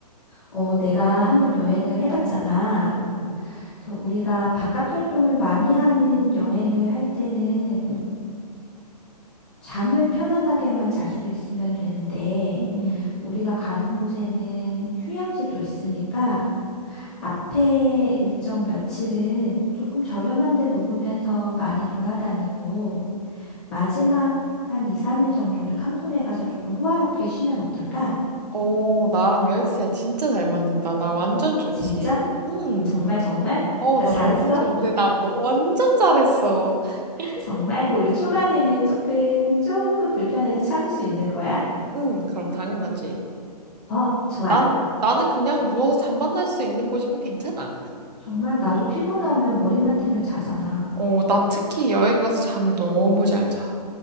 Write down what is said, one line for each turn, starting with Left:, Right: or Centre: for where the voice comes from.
Centre: 어, 내가 한번 여행을 해봤잖아.
Right: 응, 응,
Centre: 그래서 우리가 바깥 활동을 많이 하는 여행을 할 때는
Right: 응,
Centre: 잠을 편안하게만 잘 수 있으면 되는데,
Right: 응, 응.
Centre: 우리가 가는 곳에는 휴양지도 있으니까, 앞에 일정 며칠은 조금 저렴한 데 묵으면서 많이 돌아다니고, 마지막 한 2, 3일 정도를 칸쿤에 가서 조금 호화롭게 쉬면 어떨까?
Right: 어, 나랑 여행스 진짜 잘 맞는다. 나 완전 좋지.
Centre: 진짜?
Right: 응.
Centre: 정말 정말?
Right: 어,
Centre: 나
Right: 나
Centre: 잘했어?
Right: 너무 좋은데. 나 너 완전 잘했어. <laughs>
Centre: 정말 그 우리 초반에는 조금, 조금 불편해도 참을 수 있는 거야?
Right: 응, 그럼 당연하지.
Centre: 어, 좋아.
Right: 난, 나는 그냥 누워서 잠만 잘 수 있는 곳이면 괜찮아.
Centre: 정말 나도 피곤하면 머리만 대면 자잖아.
Right: 어, 난 특히 여행 가서 잠을 너무 잘 자.